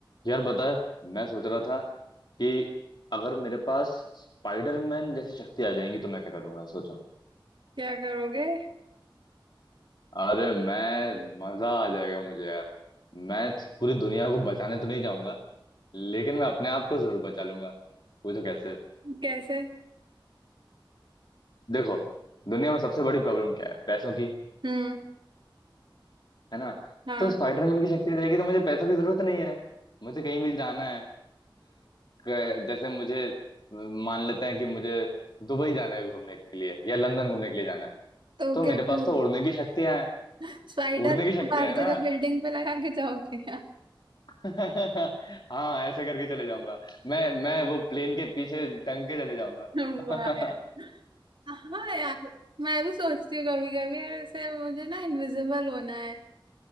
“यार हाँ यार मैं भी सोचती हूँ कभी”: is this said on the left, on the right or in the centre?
Right